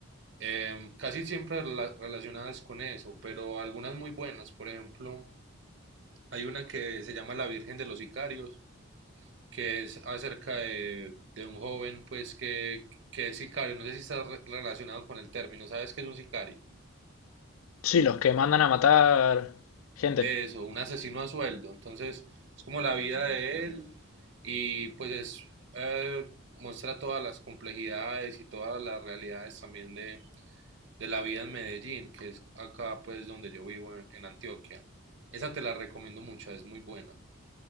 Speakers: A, on the right; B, on the left.
A: Em, casi siempre rela- relacionadas con eso, pero algunas muy buenas, por ejemplo, hay una que se llama La Virgen de los Sicarios que es acerca de, de un joven, pues, que, que es sicario. No sé si está re- relacionado con el término. ¿Sabes qué es un sicario?
B: Sí, los que mandan a matar gente.
A: Eso, un asesino a sueldo. Entonces, es como la vida de él y pues es, eh, muestra todas las complejidades y todas las realidades también de, de la vida en Medellín, que es acá pues donde yo vivo en, en Antioquia. Esa te la recomiendo mucho, es muy buena.